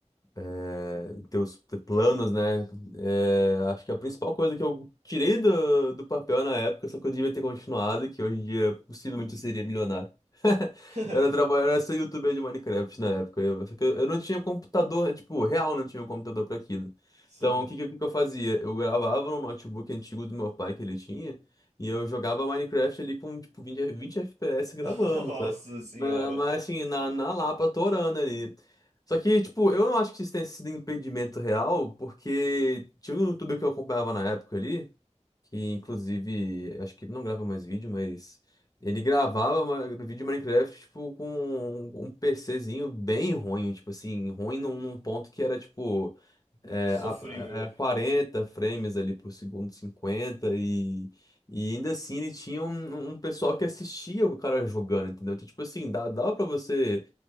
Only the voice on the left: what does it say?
É, teus planos, né? É, acho que a principal coisa que eu tirei do, do papel na época, só que eu devia ter continuado, que hoje em dia possivelmente eu seria milionário.
Era trabalhar, era ser youtuber de Minecraft na época. Eu, só que eu, eu não tinha computador, tipo, real não tinha um computador pra aquilo.
Então, o que, que, o que que eu fazia? Eu gravava no notebook antigo do meu pai que ele tinha, e eu jogava Minecraft ali com, tipo, 20, 20 FPS gravando,
sabe?
Mas, mas, assim, na, na Lapa, torando ali. Só que, tipo, eu não acho que isso tenha sido impedimento real, porque tinha um youtuber que eu acompanhava na época ali, que inclusive, acho que ele não grava mais vídeo, mas ele gravava ma- vídeo de Minecraft, tipo, com um PCzinho bem ruim, tipo assim, ruim num, num ponto que era, tipo, é,
a- é, 40 frames ali por segundo, 50, e, e ainda assim ele tinha um, um pessoal que assistia o cara jogando, entendeu? Então, tipo assim, dá, dava pra você